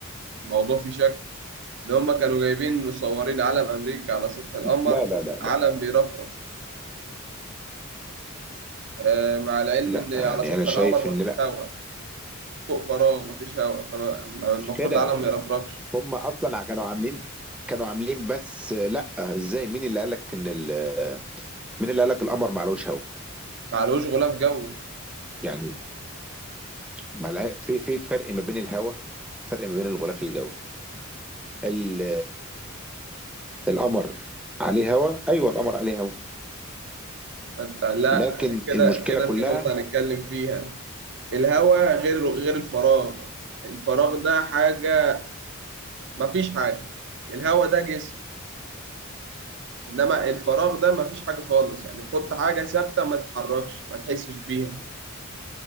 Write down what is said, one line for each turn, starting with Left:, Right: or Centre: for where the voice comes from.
Right: الموضوع فيه شك إن هم كانوا جايبين مصورين علم أمريكا على سطح القمر
Centre: لا لا لا لا
Right: علم بيرفرف آه، مع العلم
Centre: لا
Right: إن على
Centre: يعني
Right: سطح
Centre: انا شايف
Right: القمر
Centre: ان
Right: مفيش
Centre: لا
Right: هواء فوق فراغ مفيش هواء فالمفروض
Centre: مش كده
Right: العلم ما يرفرفش
Centre: هم اصلا كانوا عاملين كانوا عاملين بس لا ازاي مين اللي قالك ان ال... مين اللي قالك القمر معلوش هوا
Right: معلوش غلاف جوي
Centre: يعني معلها... في في فرق ما بين الهوا فرق ما بين الغلاف الجوي ال... القمر عليه هوا ايوه القمر عليه هوا
Right: فأنت لا
Centre: لكن
Right: كده
Centre: المشكله
Right: كده
Centre: كلها
Right: في نقطة هنتكلم فيها الهواء غير غير الفراغ الفراغ ده حاجة مفيش حاجة الهواء ده جسم انما الفراغ ده ما فيش حاجه خالص يعني تحط حاجه ثابته ما تتحركش ما تحسش بيها